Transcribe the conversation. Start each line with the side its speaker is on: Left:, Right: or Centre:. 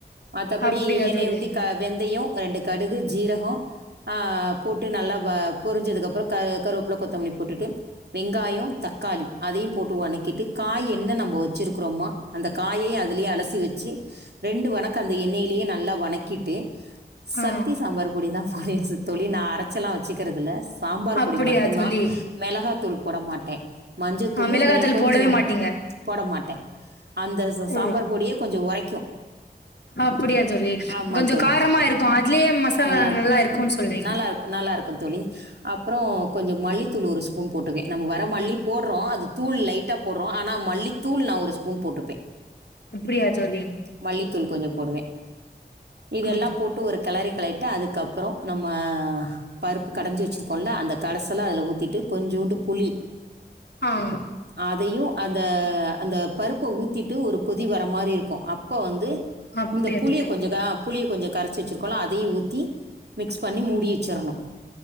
Right: மத்தபடி
Left: அப்படியா
Right: எண்ணய
Left: தோழி
Right: ஊத்தி க வெந்தயம் ரெண்டு கடுகு ஜீரக கம் போட்டு நல்லா வ பொருஞ்சதுக்கப்பரம் க கருவப்பல கொத்தமல்லி போட்டுட்டு வெங்காயம் தக்காளி அதயும் போட்டு வன்க்கிட்டு காய் என்ன நம்போ வச்சுருக்குருமோ அந்த காயயும் அது லயே அலசி வச்சு ரெண்டு வணக்கு அந்த எண்ணெயிலயே நல்லா வணக்கிட்டு
Left: ஆ
Right: சக்தி சாம்பார் பொடி தான் போடுவே சி தோழி நா அரைச்செல்லா வச்சுக்கிறதில்ல சாம்பார்
Left: அப்படியா
Right: பொடி மட்டும்தான்
Left: தோழி
Right: மெளகா தூள் போட மாட்டேன் மஞ்சத்தூள்
Left: ஆ மிளகாத்தூள்
Right: ர கொஞ்சம்
Left: போடவே மாட்டீங்க
Right: போட மாட்டேன் அந்த ச ச
Left: ஓ
Right: சாம்பார் பொடியே கொஞ்சோ உரைக்கு
Left: அப்படியா தோழி
Right: ஆமாந்
Left: கொஞ்சோ
Right: தோழி
Left: காரமா இருக்கு அதுலயே மசாலா
Right: நல்லா இருக்கு
Left: இருக்குன்னு சொல்றீங்க
Right: நல்லா இருக்கு நல்லா இருக்கு தோழி அப்றோ கொஞ்சோ மல்லித்தூளு ஒரு ஸ்பூன் போட்ருக்கே நம்ம வர மல்லி போட்றோ அது தூள் லைட்டா போட்றோ ஆனா மல்லித்தூள் நா ஒரு ஸ் உம் போட்டுபே
Left: அப்படியா தோழி
Right: மல்லிதூள் கொஞ்சோ போடுவே இதெல்லா
Left: அப்
Right: போட்டு ஒரு கெளரி களயிட்டு அதுகப்றோ நம்ம பருப்பு கடஞ்சி வச்சிருக் கொண்ட அந்த கடசெல்லா அதுல ஊத்திட்டு கொஞ்சோண்டு புளி
Left: ஆ
Right: அதையு அந்த அந்த பருப்ப ஊத்திட்டு ஒரு கொதி வர மாரி இருக்கு அப்ப வந்து
Left: அப்டியா
Right: இந்த புளிய
Left: தோழி
Right: கொஞ்சோ புளிய கொஞ்சோ கரச்சி வச்சிரு க்கோல அதையு ஊத்தி மிக்ஸ் பண்ணி மூடி வெச்சர்ணு